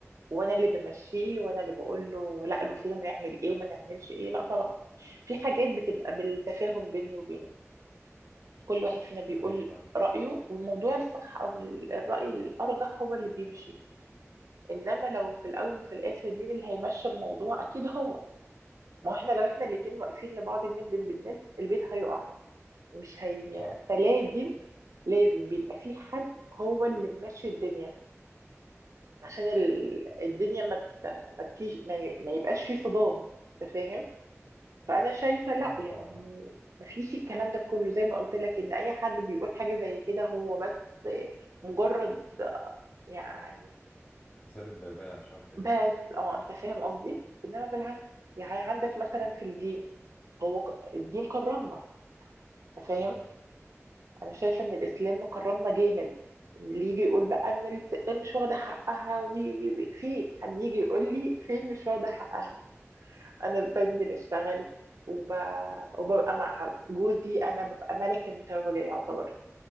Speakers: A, on the right; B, on the left.
A: وانا اللي بمشيه وانا اللي بقول له لا المفروض هنعمل ايه وما نعملش ايه لا طبعا في حاجات بتبقى بالتفاهم بيني وبينه كل واحد فينا بيقول
B: صحيح طبعا
A: رايه والموضوع الصح او ال- الراي الارجح هو اللي بيمشي انما لو في الاول وفي الاخر مين اللي هيمشي الموضوع اكيد هو ما هو احنا لو احنا الاتنين واقفين لبعض الند بالند البيت هيقع مش هي
B: صح
A: فلازم لازم بيبقى في حد هو اللي ماشي الدنيا عشان ال- الدنيا ما ت- ما تكيش ما ي- ما يبقاش في صدام انت فاهم فانا شايفه
B: صح
A: لا يعني
B: طبعا اه
A: ما فيش الكلام ده كله زي ما قلت لك ان اي حد بيقول حاجه زي كده هو بس مجرد يعني
B: إثارة بلبلة مش اكتر
A: بس اه انت فاهم قصدي انما بالعكس يعني عندك مثلا في الدين هو ك- الدين كرمنا انت فاهم
B: يعني
A: انا شايفه ان الاسلام مكرمنا جامد اللي يجي يقول بقى ان الست مش واخده حقها وي وي وي فين حد يجي يقول لي فين مش واخده حقها انا بنزل اشتغل وب... وببقى مع جوزي انا ببقى ملك المتوجه يعتبر